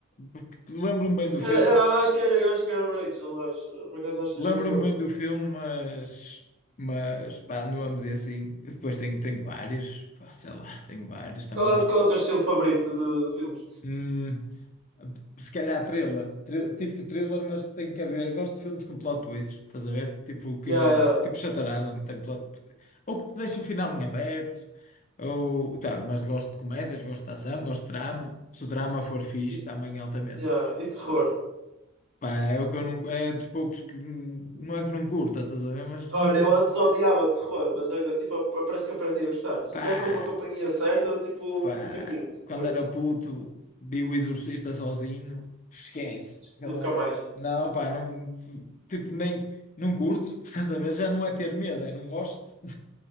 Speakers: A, on the left (about 35°); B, on the right (about 70°).
A: porque Lembro-me bem do
B: Se calhar,
A: filme,
B: era, eu acho que era, eu acho que era o Rachel, acho. Por acaso acho que
A: lembro-me
B: tens razão.
A: bem do filme, mas, mas pá, nomes e assim. Depois tenho, tenho vários, pá, sei lá, tenho vários também.
B: Qual é, qual é o teu estilo favorito de, de filmes?
A: Hum, se calhar thriller, Thri- tipo thriller, mas tem que haver. Gosto de filmes com plot twists, estás a ver? Tipo que,
B: Yeah, yeah.
A: tipo Shutter Island, tem plot, ou que te deixa o final em aberto, ou tá, mas gosto de comédias, gosto de ação, gosto de drama. Se o drama for fixe,
B: E,
A: também é altamente.
B: yeah. E terror.
A: Pá, é o que eu não, é dos poucos que hum, não é que não curta, estás a ver? Mas
B: Olha,
A: hum,
B: eu antes odiava terror, mas agora tipo, ap- parece que aprendi a gostar. Se
A: pá.
B: tiver com uma companhia certa, tipo,
A: Pá,
B: fica fixe.
A: quando
B: Terror.
A: era puto, vi o Exorcista sozinho. Esquece. Aquela
B: Nunca
A: me-
B: mais.
A: Não, pá, não. Tipo, nem. Não curto. <laughs> Estás a ver? Já não é ter medo, é não gosto. <laughs>